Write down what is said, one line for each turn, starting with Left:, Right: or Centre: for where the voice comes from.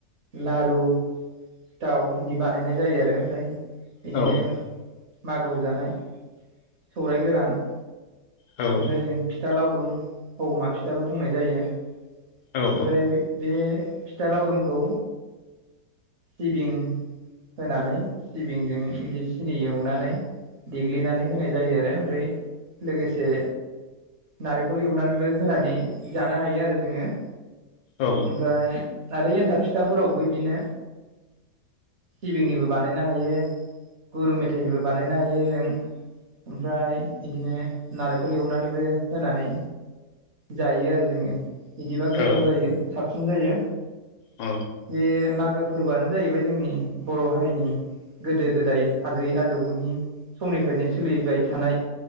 Right: लारु दाव बिदि बानायनाय जायो आरो ओमफ्राय बिदिनो
Left: औ
Right: मागो जानाय सौराय गोरान -
Left: औ।
Right: ओमफ्राय जों फिथा लावदुम हौमा फिथाबो बुंनाय जायो ओमफ्राय
Left: औ
Right: बे फिथा लावदुमखौ सिबिं होनानै सिबिंजों इदि सिनि एवनानै- देग्लिनानै होनाय जायो आरो ओमफ्राय लोगोसे नारेंखल एवनानैबो होनानै जानो हायो आरो जोङो।
Left: औ
Right: ओमफ्राय आरो एन्थाब फिथाफोरावबो बिदिनो। सिबिंनिबो बानायनो हायो गुरु मेथायाइनिबो बानायनो हायो जों ओमफ्राय बिदिनो नारेंखल एवनानैबो होनानै जायो आरो जोङो बिदिबा गोथाव
Left: औ
Right: जायो साबसिन जायो।
Left: औ
Right: बे मागो फोरबोआनो जाहैबाय जोंनि बर' हारिनि। गोदो गोदाय आजै आजौनि समनिफ्रायनो सोलिबाय थानाय